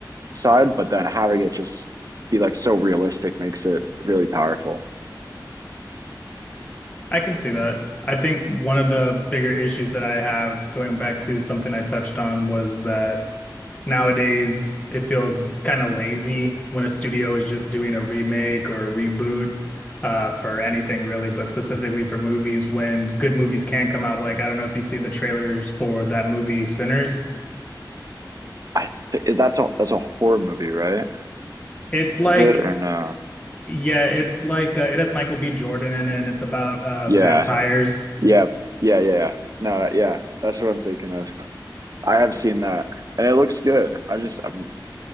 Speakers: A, on the right (about 50°); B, on the left (about 20°).
A: side. But then having it just be like so realistic makes it really powerful.
B: I can see that. I think one of the bigger issues that I have going back to something I touched on was that. Nowadays, it feels kind of lazy when a studio is just doing a remake or a reboot uh, for anything really, but specifically for movies when good movies can come out. Like, I don't know if you've seen the trailers for that movie Sinners.
A: I th- is that's a that's a horror movie, right?
B: It's like,
A: Is it or no?
B: yeah, it's like uh, it has Michael B. Jordan in it, and it's about uh,
A: Yeah,
B: vampires.
A: Yeah. yeah, yeah, yeah. yeah. No, yeah, that's what I'm thinking of. I have seen that, and it looks good. I just I'm